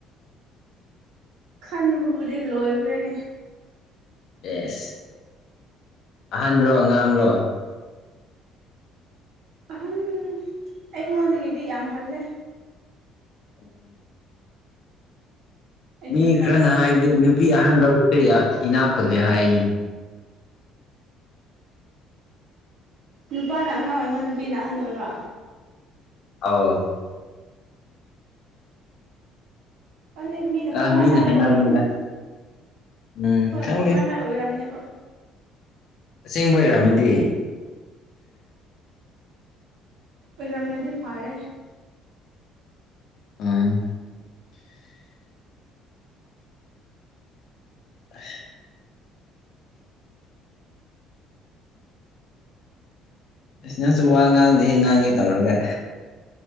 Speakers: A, on the right; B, on the left.
A: ꯈꯟꯕꯕꯨꯗꯤ ꯂꯣꯏꯈ꯭ꯔꯦꯅꯦ
B: ꯌꯦꯁ ꯑꯍꯟꯣ ꯑꯉꯥꯡꯔꯣ
A: ꯑꯍꯟ ꯑꯩꯉꯣꯟꯗꯒꯤꯗꯤ ꯌꯥꯝ ꯍꯜꯂꯦ
B: ꯎꯝ
A: ꯑꯩꯒꯤ
B: ꯃꯤ
A: ꯈ꯭ꯔꯁ
B: ꯈꯔꯅ ꯍꯥꯏꯕꯗꯤ ꯅꯨꯄꯤ ꯑꯍꯟ ꯂꯧꯕꯁꯦ ꯏꯅꯥꯛ ꯈꯨꯜꯂꯦ ꯍꯥꯏꯔꯤꯅꯤ
A: ꯅꯨꯄꯥꯅ ꯑꯉꯥꯡ ꯑꯣꯏꯕ ꯅꯨꯄꯤꯅ ꯑꯍꯜ ꯑꯣꯏꯕ
B: ꯑ
A: ꯑꯗꯩ ꯃꯤꯅ
B: ꯑ
A: ꯄꯍꯔ ꯍꯥꯏꯔ
B: ꯍꯥꯏꯅꯕꯅꯤꯗ
A: ꯑꯣꯏꯔꯝꯅꯤ
B: ꯎꯝ
A: ꯍꯣꯏ
B: ꯀꯪꯗ
A: ꯄꯪꯍꯥꯏ ꯍꯥꯏꯔ ꯑꯣꯏꯔꯝꯅꯦꯕ
B: ꯑꯁꯦꯡꯕ ꯑꯣꯏꯔꯛꯝꯑꯃꯦꯗꯤ
A: ꯑꯣꯏꯔꯝꯅꯗꯤ ꯐꯥꯔꯦ
B: ꯑ ꯑ ꯑꯁꯤ ꯅꯪꯁꯨ ꯋꯥ ꯉꯥꯡꯗꯦ ꯍꯦꯛ ꯉꯥꯡꯒꯦ ꯇꯧꯔꯒ